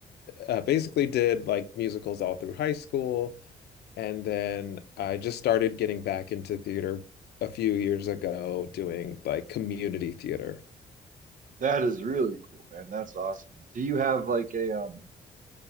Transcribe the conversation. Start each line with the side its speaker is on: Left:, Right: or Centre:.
Left: uh, basically did like musicals all through high school. And then I just started getting back into theater a few years ago, doing like community theater.
Right: That is really cool, man. That's awesome. Do you have like a um